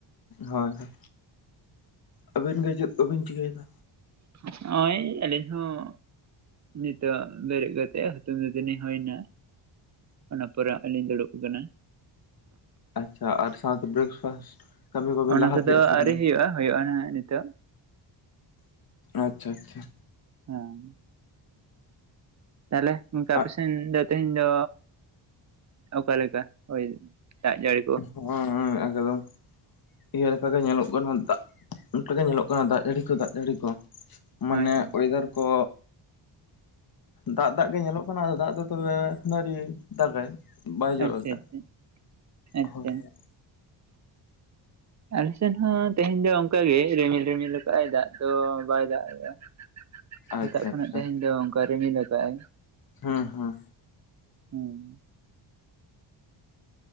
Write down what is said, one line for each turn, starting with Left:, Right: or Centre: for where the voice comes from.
Left: ᱦᱳᱭ ᱦᱳᱭ ᱟᱹᱵᱤᱱ ᱜᱮ ᱪᱮᱫ ᱠᱚᱵᱤᱱ ᱪᱤᱠᱟᱹᱭ ᱮᱫᱟ?
Right: ᱦᱚᱜ-ᱚᱭ ᱟᱹᱞᱤᱧ ᱦᱚᱸ ᱱᱤᱛᱚᱜ ᱵᱮᱲᱮᱫ ᱠᱟᱛᱮ ᱦᱩᱛᱩᱢ ᱫᱟᱹᱛᱟᱹᱱᱤ ᱦᱩᱭᱱᱟ, ᱚᱱᱟ ᱯᱚᱨᱮ ᱦᱚᱜ-ᱚᱭ ᱞᱤᱧ ᱫᱩᱲᱩᱵ ᱟᱠᱟᱱᱟ᱾
Left: ᱟᱪᱷᱟ ᱟᱨ ᱥᱟᱶᱛᱮ ᱵᱨᱮᱠᱯᱷᱟᱥᱴ? ᱠᱟᱹᱢᱤ ᱠᱚᱵᱤᱱ
Right: ᱚᱱᱟ
Left: ᱞᱟᱦᱟ
Right: ᱠᱚᱫᱚ
Left: ᱠᱮᱜᱼᱟ ᱥᱮ
Right: ᱟᱹᱣᱨᱤ
Left: ᱵᱟᱝ
Right: ᱦᱩᱭᱩᱜ-ᱟ ᱦᱩᱭᱩᱜ ᱟᱱᱟ ᱦᱟᱸᱜ ᱱᱤᱛᱚᱜ᱾
Left: ᱟᱪᱪᱷᱟ ᱟᱪᱪᱷᱟ
Right: ᱦᱮᱸ ᱛᱟᱦᱞᱮ ᱚᱱᱠᱟ
Left: ᱟᱨ
Right: ᱟᱯᱮ ᱥᱮᱱ ᱫᱚ ᱛᱮᱦᱮᱧ ᱫᱚ ᱚᱠᱟ ᱞᱮᱠᱟ ᱦᱚᱭ ᱫᱟᱜ ᱡᱟᱹᱲᱤ ᱠᱚ?
Left: ᱦᱚᱜ-ᱚᱭ ᱮᱠᱫᱚᱢ ᱤᱭᱟᱹ ᱞᱮᱠᱟ ᱜᱮ ᱧᱮᱞᱚᱜ ᱠᱟᱱᱟ ᱫᱟᱜ ᱤᱱᱠᱟ ᱜᱮ ᱧᱮᱞᱚᱜ ᱠᱟᱱᱟ ᱫᱟᱜ ᱡᱟᱹᱲᱤ ᱠᱚ ᱫᱟᱜ ᱡᱟᱹᱲᱤ ᱠᱚ ᱢᱟᱱᱮ
Right: ᱦᱳᱭ ᱦᱳᱭ
Left: ᱚᱭᱮᱫᱟᱨ ᱠᱚ ᱫᱟᱜ ᱫᱟᱜ ᱜᱮ ᱧᱮᱞᱚᱜ ᱠᱟᱱᱟ ᱟᱫᱚ ᱫᱟᱜ ᱫᱚ ᱛᱚᱵᱮ ᱮᱠᱷᱚᱱᱚ ᱟᱹᱣᱨᱤ ᱫᱟᱜᱟᱭ᱾ ᱵᱟᱭ ᱡᱚᱨᱚᱭᱮᱫᱟ
Right: ᱟᱪᱪᱷᱟ ᱟᱪᱪᱷᱟ ᱟᱪᱪᱷᱟ
Left: ᱦᱳᱭ ᱦᱳᱭ
Right: ᱟᱞᱮ ᱥᱮᱱ ᱦᱚᱸ ᱛᱮᱦᱮᱧ ᱫᱚ ᱚᱱᱠᱟᱜ ᱜᱮ ᱨᱤᱢᱤᱞ ᱨᱤᱢᱤᱞ ᱟᱠᱟᱜ ᱟᱭ ᱫᱟᱜ ᱫᱚ ᱵᱟᱭ ᱫᱟᱜ ᱮᱫᱟ᱾
Left: ᱟᱪᱪᱷᱟ
Right: ᱥᱮᱛᱟᱜ ᱠᱷᱚᱱᱟᱜ
Left: ᱟᱪᱪᱷᱟ
Right: ᱛᱮᱦᱮᱧ ᱫᱚ ᱚᱝᱠᱟᱭ ᱨᱤᱢᱤᱞ ᱟᱠᱟᱜ ᱟᱭ᱾
Left: ᱦᱮᱸ ᱦᱮᱸ
Right: ᱦᱩᱸ